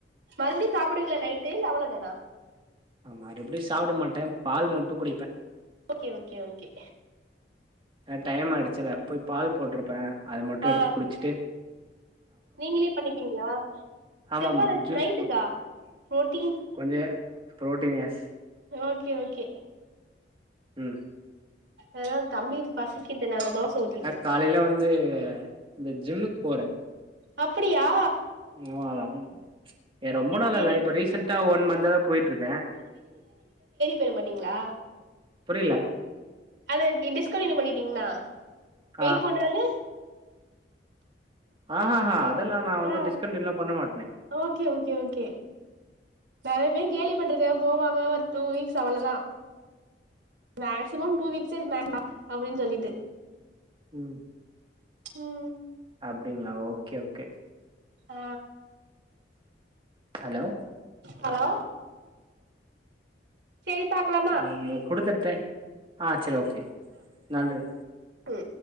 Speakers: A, on the right; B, on the right.
A: மறுபடியு சாப்டுவீங்களா நைட்டு இல்ல அவ்ளோ தானா
B: மறுபடியு சாப்ட மாட்டே பால் மட்டு குடிப்பே
A: ஓகே ஓகே ஓகே
B: அ டைம் ஆயிடுச்சுல போய் பால் போட்டிருப்பே அத மட்டு
A: ஆ
B: எடுத்து குடிச்சுட்டு
A: நீங்களே பண்ணிப்பீங்ளா
B: ஆமாமா
A: செவ்வா
B: ஜூஸ்
A: நைட்டுக்கா
B: போட்
A: ப்ரோட்டீன்
B: கொஞ்ச ப்ரோட்டீன் யெஸ்
A: ஓகே ஓகே
B: ம்
A: ஏதாவது தம்பி பசிக்கிதுனா நா தோச ஊத்திட்டுருக்கே
B: ஏனா காலைல வந்து இந்த ஜிம்முக்கு போறே
A: அப்பிடியா
B: <unintelligible> ஏ ரொம்ப நாளால்ல
A: சேரி
B: இப்ப ரீசன்டா ஒன் மன்ந்த் தாதா போயிட்டுருக்கே
A: பெற மாட்டீங்களா
B: புரியல
A: அது டிஸ்கன்டினியூ பண்ணிட்டீங்னா வெயிட்
B: ஆ
A: போட்றாது
B: ஆஹஹா அதெல்லா நா வந்து
A: ஆ
B: டிஸ்கன்டினியூல்லா பண்ண மாட்டே
A: ஓகே ஓகே ஓகே நெறைய பேர் கேள்வி பட்ருருக்கே போவாங்க ஒரு டூ வீக்ஸ் அவ்ளோதா மேக்சிமம் டூ வீக்ஸ் <inaudible> அப்படின்னு சொல்லிட்டு
B: ம்
A: ம்
B: அப்புடிங்களா ஓகே ஓகே
A: ஆ
B: ஹலோ
A: ஹலோ சேரி பாக்கலாம்
B: ம் இந்த குடுத்த டைம் ஆ செரி ஓகே நன்றி
A: க்கு